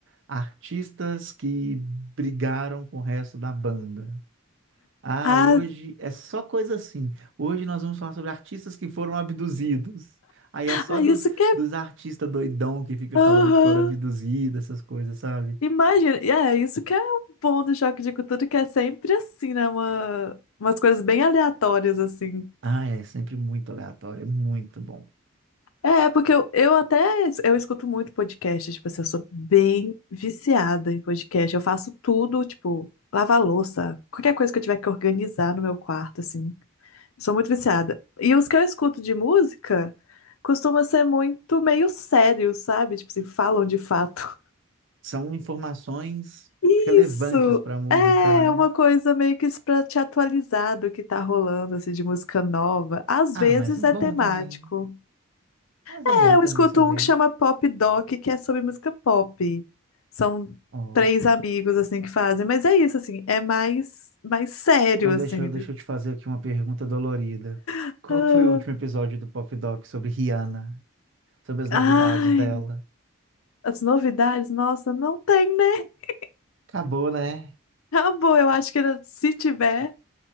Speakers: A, on the right; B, on the left.
A: artistas que brigaram com o resto da banda. Ah,
B: ah,
A: hoje é só coisa assim. Hoje nós vamos falar sobre artistas que foram abduzidos. Aí é só
B: ah,
A: dos,
B: isso que é.
A: dos artistas doidão que fica
B: Aham.
A: falando que foram abduzidos, essas coisas, sabe?
B: Imagina, e é isso que é o bom do choque de cultura, que é sempre assim, né? Uma, umas coisas bem aleatórias, assim.
A: Ah, é sempre muito aleatório, é muito bom.
B: É, porque eu, eu até eu escuto muito podcast, tipo assim, eu sou bem viciada em podcast. Eu faço tudo, tipo, lavar louça, qualquer coisa que eu tiver que organizar no meu quarto, assim. Sou muito viciada. E os que eu escuto de música costumam ser muito meio sérios, sabe? Tipo assim, falam de fato.
A: São informações
B: Isso!
A: relevantes para a música,
B: É
A: né?
B: uma coisa meio que para te atualizar do que tá rolando, assim, de música nova. Às
A: Ah,
B: vezes
A: mas é bom
B: é temático.
A: também. Mas é
B: É,
A: bom
B: eu
A: também
B: escuto
A: saber.
B: um que chama Pop Doc, que é sobre música pop. São
A: Ó.
B: três amigos, assim, que fazem. Mas é isso, assim, é mais, mais sério,
A: Então,
B: assim.
A: deixa, eu-
B: Eles-
A: deixa eu te fazer aqui uma pergunta dolorida.
B: Ah,
A: Qual que foi o último episódio do Pop Doc sobre Rihanna? Sobre as novidades
B: ai,
A: dela?
B: as novidades, nossa, não tem, né? <laughs>
A: Acabou, né?
B: Acabou, eu acho que era- se tiver.